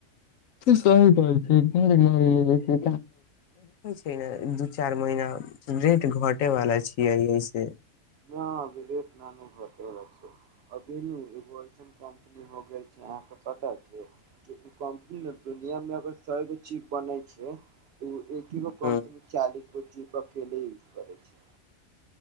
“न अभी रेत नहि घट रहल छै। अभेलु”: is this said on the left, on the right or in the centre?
Right